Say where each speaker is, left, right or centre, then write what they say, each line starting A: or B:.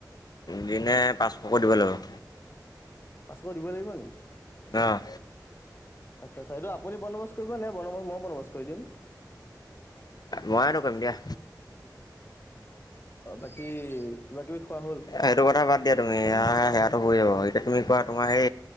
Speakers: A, on the left; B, on the left.
A: দিনে পাঁচশকে দিব লাগিব
B: পাচঁশ দিব লাগিব নেকি
A: অঁ
B: আচ্ছা আচ্ছা এইটো আপুনি বণ্ডবছ কৰিব নে বন্দবছ মইও বন্দবছ কৰি দিম
A: মইতো কৰিম দিয়া
B: বাকী কিবা কিবি খোৱা হ'ল
A: সেইটো কথা বাদ দিয়া তুমি সেয়াতটো হৈ যাব এতি তুমি কোৱা তোমাৰ হে